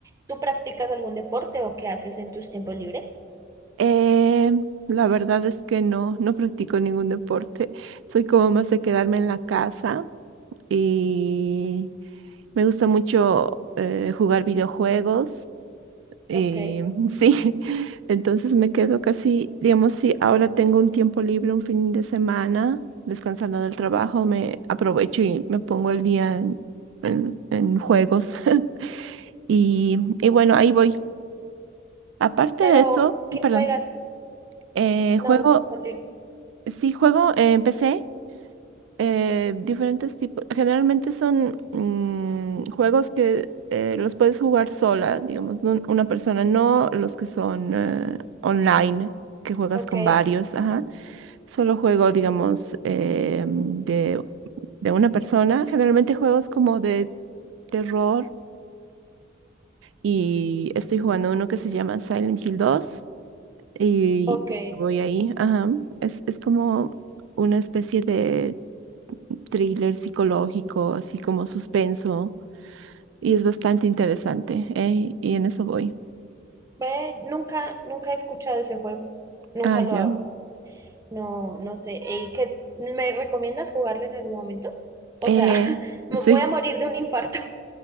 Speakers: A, on the right (about 15°); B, on the right (about 80°).
A: ¿Tú practicas algún deporte o qué haces en tus tiempos libres?
B: Eh, la verdad es que no, no practico ningún deporte. Soy como más de quedarme en la casa y me gusta mucho eh, jugar videojuegos. Eh,
A: Ok.
B: <laughs> sí, entonces me quedo casi, digamos, si ahora tengo un tiempo libre, un fin de semana, descansando del trabajo, me aprovecho y me pongo el día en, en- en juegos. <laughs> Y, y bueno, ahí voy. Aparte
A: Pero,
B: de eso,
A: ¿qué
B: perdón,
A: juegas?
B: eh,
A: No,
B: juego,
A: continúa.
B: sí, juego en PC eh, diferentes tipos. Generalmente son mm, juegos que eh, los puedes jugar sola, digamos, un- una persona, no los que son eh, online, que juegas
A: Ok,
B: con varios, ajá. Solo juego, digamos, eh, de, de una persona. Generalmente juegos como de terror y estoy jugando uno que se llama Silent Hill dos y
A: ok.
B: voy ahí, ajá. Es, es como una especie de thriller psicológico, así como suspenso, y es bastante interesante, ¿eh? Y en eso voy.
A: Ve, nunca, nunca he escuchado ese juego. Nunca
B: Ah, ya.
A: lo hago. No, no sé. ¿Y qué? ¿Me recomiendas jugarlo en algún momento? O
B: Eh,
A: sea, <laughs> me
B: sí,
A: voy a morir de un infarto.